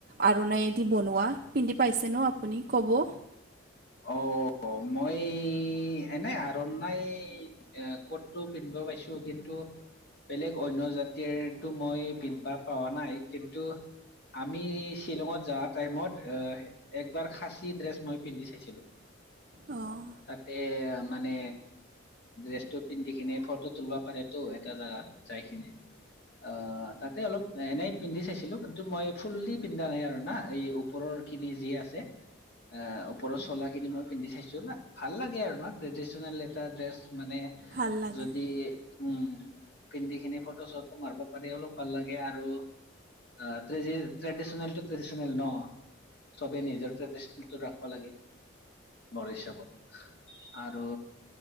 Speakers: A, on the right (about 45°); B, on the left (about 55°).
A: আৰুণাইদি বনোৱা পিন্ধি পাইছে ন' আপুনি ক'ব।
B: অ', মই এনে আৰণ নাই এ ক'তটো পিন্ধিব পাইছোঁ কিন্তু বেলেগ অন্য জাতিৰটো মই পিন্ধবা পাৱা নাই কিন্তু আমি শ্বিলঙত যোৱা টাইমত, একবাৰ খাচী ড্ৰেছ মই পিন্ধি চাইছি লো।
A: অ'।
B: তাতেই মানে ড্ৰেছটো পিন্ধি কিনি ফটো তুলব পাৰে টো এটা জোগাত। চাইখিনি। অ', তাতেই অলপ এনেই পিন্ধি চাইছিলোঁ। কিন্তু মই ফুল্লি পিন্ধা নাই আৰু না এই ওপৰৰ খিনি যি আছে, অ', ওপৰৰ চোলা খিনি মই পিন্ধি চাইছোঁ, বা ভাল লাগে আৰু ন', ট্ৰেডিচনেল এটা ড্ৰেছ। মানে
A: ভাল লাগে
B: যদি উম, পিন্ধি খিনি ফটো চটো মাৰিব পাৰি, অলপ ভাল লাগে আৰু। অ', ট্ৰেডিচনেলটো ট্ৰেডিচনেল ন'। চবেই নিজৰ ট্ৰেডিচনেলটো ৰাখিব লাগে। মোৰ হিচাপত, আৰু